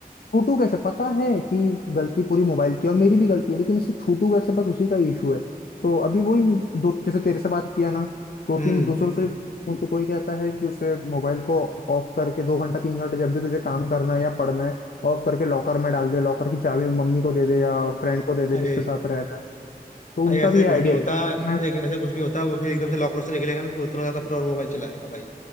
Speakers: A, on the left; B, on the left.
A: छूटू कैसे पता है कि गलती पूरी मोबाइल की है और मेरी भी गलती है लेकिन इससे छूटू कैसे बस उसी का इशू है तो अभी वही दो जैसे तेरे से बात किया ना दो
B: हम्म
A: तीन दूसरों से भी बात की हूं, तो कोई कहता है कि उसे मोबाइल को ऑफ करके दो घंटा तीन घंटा जब भी तुझे काम करना है या पढ़ना है ऑफ करके लॉकर में डाल दे लॉकर की चाबी मम्मी को दे दे या फ्रेंड को दे दे
B: अरे
A: जिसके साथ रह रहा है तो
B: भाई
A: उनका
B: ऐसे
A: भी ये
B: कुछ
A: आइडिया
B: नहीं होता
A: था करना है
B: देख ऐसे कुछ नहीं होता वो फिर एकदम से लॉकर से निकलेगा ना तो फिर उतना ज्यादा फिर और मोबाइल चलाएगा भाई